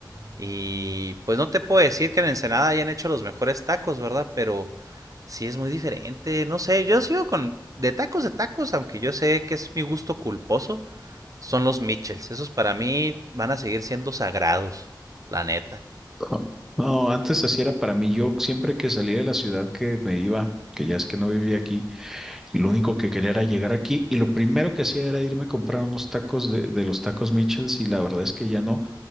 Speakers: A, on the right (about 50°); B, in the centre.
A: Y pues no te puedo decir que en Ensenada hayan hecho los mejores tacos, ¿verdad? Pero sí es muy diferente, no sé, yo sigo con de tacos de tacos, aunque yo sé que es mi gusto culposo, son los Mitchells. Esos para mí van a seguir siendo sagrados, la neta.
B: No, no, antes así era para mí. Yo siempre que salía de la ciudad que me iba, que ya es que no vivía aquí, Lo único que quería era llegar aquí y lo primero que hacía era irme a comprar unos tacos de, de los tacos Michels y la verdad es que ya no.